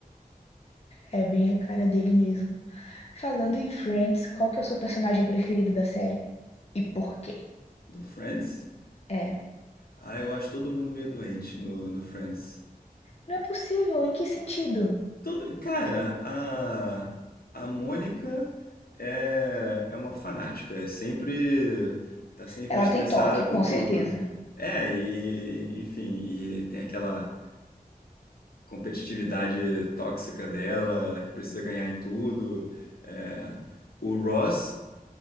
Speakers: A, on the left; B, on the left.
A: É bem a cara dele mesmo. Falando em Friends, qual que é o seu personagem preferido da série? E por quê?
B: Do Friends?
A: É,
B: Ah, eu acho todo mundo meio doente no, no Friends.
A: Não é possível, em que sentido?
B: Todo, cara, a, a Mônica é, é uma fanática. É sempre, tá sempre
A: Ela
B: estressada
A: tem toque,
B: com
A: com
B: tudo.
A: certeza,
B: É, e enfim, e tem aquela competitividade tóxica dela, ela que precisa ganhar em tudo. É, o Ross,